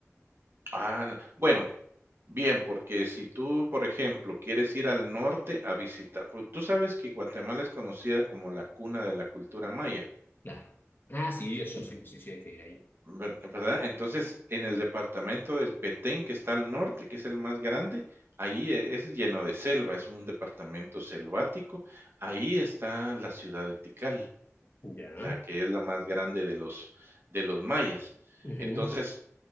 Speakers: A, on the right; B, on the left.
A: Ah, bueno, bien, porque si tú, por ejemplo, quieres ir al norte a visitar, pues, tú sabes que Guatemala es conocida como la cuna de la cultura maya,
B: Claro. Ah, sí, eso
A: en
B: sí, sí, sí, hay que ir ahí.
A: ver ¿verdad? Entonces, en el departamento del Petén, que está al norte, que es el más grande, ahí e es lleno de selva, es un departamento selvático. Ahí está la ciudad de Tikal,
B: Ya.
A: la que es la más grande de los de los mayas.
B: ujú,
A: Entonces,